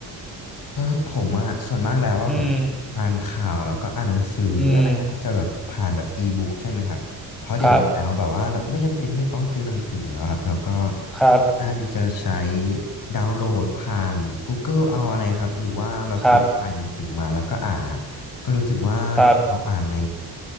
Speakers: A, on the left; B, in the centre.
A: เออผมอะส่วนมากแล้วว่าผม
B: อืม
A: อ่านข่าวแล้วก็อ่านหนังสืออะไรอย่างเงี้ยจะแบบผ่านแบบอีบุ๊กใช่ไหมครับเพราะเดี๋ยวนี้แล้วแบบว่าเราก็ไม่จำเป็นที่จะต้องซื้อหนังสือแล้วครับแล้วก็
B: อืมครับครับ
A: น่าที่จะใช้ดาวน์โหลดผ่าน Google เอาอะไรครับหรือว่าเราซื้อไฟล์หนังสือมาแล้วก็อ่านนะครับก็รู้สึกว่าเราอ่านใน
B: ครับครับ